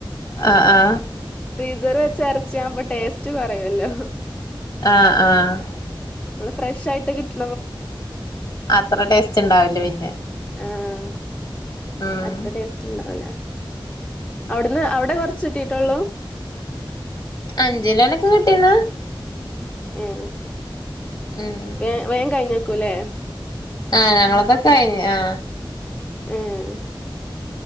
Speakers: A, on the left; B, on the left.
A: ആ ആ
B: ഫ്രീസറിൽ വെച്ച എറച്ചിയാവുമ്പോ ടേസ്റ്റ് കൊറയൊല്ലോ.
A: ആഹ്, ആഹ്.
B: ഫ്രഷ് ആയിട്ട് കിട്ട്
A: അത്ര ടേസ്റ്റ് ഇണ്ടാവില്ല പിന്നെ.
B: ആഹ്
A: ഉം
B: അത്ര ടേസ്റ്റ് ഇണ്ടാവുലാ അവിട്ന്ന് അവിടെ കൊറച്ച് കിട്ടീട്ടൊള്ളൂ.
A: അഞ്ചിലോനോക്കെ കിട്ടീന്ന്.
B: ഏഹ്
A: ഉം
B: വേ വേഗംകഴിഞ്ഞോ കുലെ
A: ആഹ് ഞങ്ങളൊക്കെ കഴിഞ്ഞു ആ.
B: ഏ ഹ്